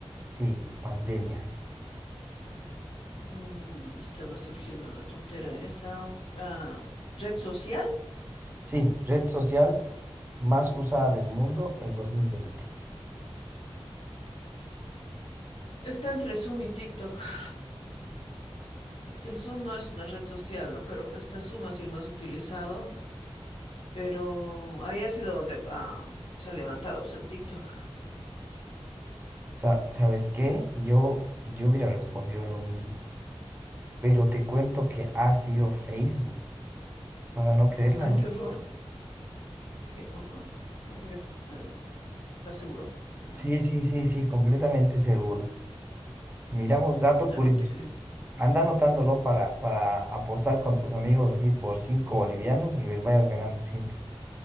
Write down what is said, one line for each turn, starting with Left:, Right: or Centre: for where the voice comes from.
Right: Sí, pandemia.
Left: mm, estaba surgiendo la tontera esa, la red social,
Right: Sí, red social más usada del mundo el 2020.
Left: está entre Zoom y TikTok. <laughs> Es que el Zoom no es una red social, ¿no? Pero está Zoom ha sido el más utilizado. Pero ahí ha sido donde ah, se ha levantado pues, el TikTok.
Right: Sa- ¿sabes qué? Yo, yo hubiera respondido lo mismo, pero te cuento que ha sido Facebook, para no creerla,
Left: Ay,
Right: ¿no?
Left: qué horror, qué horror. No podría, eh, ¿estás seguro? Ah,
Right: Sí, sí, sí, sí, completamente seguro. Miramos
Left: puta,
Right: dato curioso.
Left: no te creo.
Right: Anda anotándolo para, para apostar con tus amigos así por cinco bolivianos y les vayas ganando siempre.